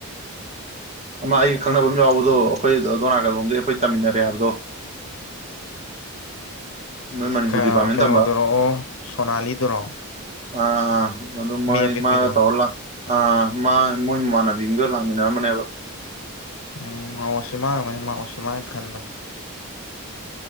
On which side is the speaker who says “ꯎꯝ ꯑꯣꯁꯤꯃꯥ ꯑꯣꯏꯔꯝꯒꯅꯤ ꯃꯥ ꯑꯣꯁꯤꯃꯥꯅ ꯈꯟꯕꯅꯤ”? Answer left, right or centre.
Left